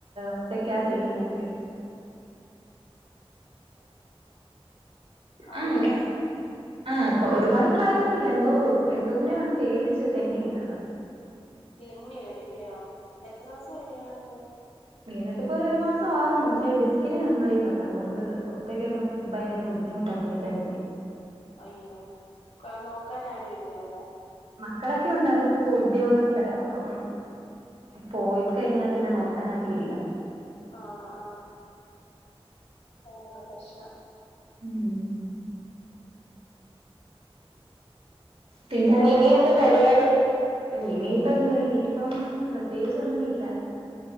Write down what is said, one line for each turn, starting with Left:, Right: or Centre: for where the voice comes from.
Right: ഒറ്റക്കാ ചെയ്യുന്നൊക്കെ
Left: അവിണ്
Right: ആ ഒരു- ആ ഒരുപാട് പ്രായൊന്നു ഇല്ല എന്തോ എന്തോത്തിനെയോ കണ്ട് പേടിച്ച് തെന്നി വീണതാ
Left: തെന്നി വേണില്ലയോ എത്ര ദിവസം ആയി വിണിട്ടു
Right: വിണിനിട്ടിപ്പൊ ഒരു ഒരു മാസം ആവുന്നു പക്ഷെ ഡിസ്കിന് കംപ്ലയിന്റ് ഉണ്ട് അതുകൊണ്ട് ഒറ്റക്കൊക്കെ ഭയങ്കര ബുദ്ധിമു ട്ട പുള്ളികാരിക്ക്
Left: അയ്യോ നോക്കാൻ ആരു ഇല്ലേ അവിടെ
Right: മക്കളൊക്കെ ഉണ്ട് അവർക്ക് ഉദ്യോഗസ്ഥരാ അപ്പം പോയി കഴിഞ്ഞാൽ പിന്നെ നോക്കാൻ ആരും ഇല്ല
Left: ആ ആ അതാപ്രശ്നം
Right: ഉം. പിന്നെ ഇനി എന്ത് പരിപാടി ഓ ഇനിയിപ്പ എന്താ ഇനിയിപ്പം പ്രത്യേകിച്ച് ഒന്നും ഇല്ല